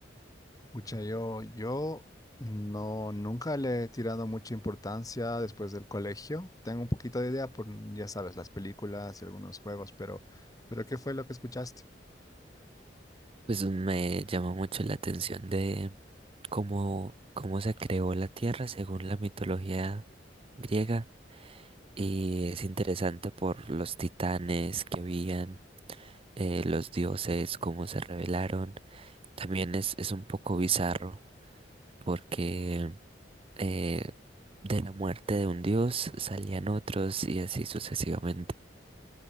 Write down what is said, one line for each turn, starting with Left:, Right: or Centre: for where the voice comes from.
Left: Pucha, yo, yo no, nunca le he tirado mucha importancia después del colegio. Tengo un poquito de idea por, ya sabes, las películas y algunos juegos, pero, pero ¿qué fue lo que escuchaste?
Right: Pues me llamó mucho la atención de cómo, cómo se creó la Tierra según la mitología griega. Y es interesante por los titanes que habían, eh, los dioses, cómo se revelaron. También es, es un poco bizarro porque eh, de la muerte de un dios salían otros y así sucesivamente.